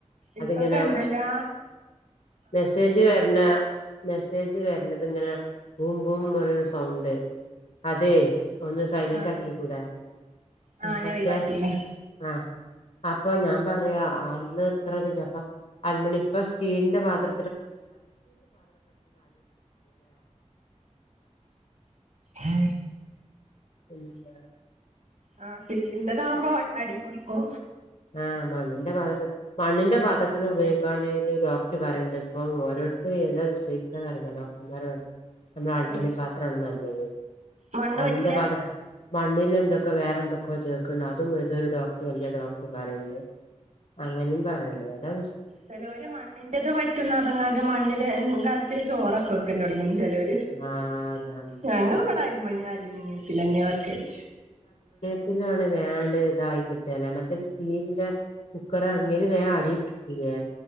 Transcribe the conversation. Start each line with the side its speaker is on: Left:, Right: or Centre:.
Left: അതിങ്ങനെ
Right: ഇപ്പൊക്കെ എന്തല്ലാ
Left: മെസ്സേജ് വരണ മെസ്സേജ് മെസേജ് വെര്ണത്ങ്ങനെ ബും ബും പോലൊര് സൗണ്ട് അതേയ് ഒന്ന് സൈലന്റ്
Right: ആഹ്
Left: ആക്കി
Right: ആഹ്
Left: കൂടെ
Right: ആഹ്
Left: പറ്റേ
Right: ഞാൻ ഒഴിവാക്കിയതാ
Left: ആ അപ്പൊ ഞാൻ പറയാ അന്ന് ഇത്രത് ല്ലപ്പൊ അൽമണി ഇപ്പൊ സ്റ്റീലിന്റെ പാത്ര
Right: ആ
Left: പിന്നെന്താ
Right: ആ സ്റ്റീൽൻ്റതാവുമ്പൊ അടീപിടിക്കും
Left: ആ മണ്ണിന്റെ പാത്രതി മണ്ണിന്റെ പാതത്തിന് ഉപയോഗിക്കാൻ വേണ്ടീട്ട് ഡോക്ടർ പറിണ്ട് ഇപ്പൊം ഓരോരുത്തര് ഏതാ വിസ്വയികാന്നറീല ഡോക്ടർമാർ പറി അമ്മളൽമിണി
Right: ആഹ്
Left: പാത്രാണ് നല്ലത്
Right: മണ്ണ്
Left: മണ്ണിന്റെ
Right: പറ്റൂല
Left: പാത്ര മണ്ണിൽ എന്തൊക് ഒക്കെ വേറെന്തൊക്കോ ചേർക്ക്ണ്ട് അതും ഏതോരു ഡോക്ടർ വെല്ല്യൊരു ഡോക്ടർ പറിണ്ട് അങ്ങനിം പറിണ്ട് അതാ
Right: ചെലോര് മണ്ണിന്റത് പറ്റുംന്നർഞ്ങ്ങാണ്ട് മണ്ണില് കൽത്തില് ചോറൊക്കെ വെക്കല്ലൊട്ങ്ങീണ് ചെലോര്
Left: ആ അതാണ്
Right: ഞങ്ങളിവിടെ
Left: മ്മ്
Right: <unintelligible>
Left: ലാണെ വേആണ്ട് ഇതായി കിട്ടേല മറ്റത് സ്റ്റീൽൻ്റെ കുക്കറാങ്ങി അയില് വേം അടീ പിടികൂലെ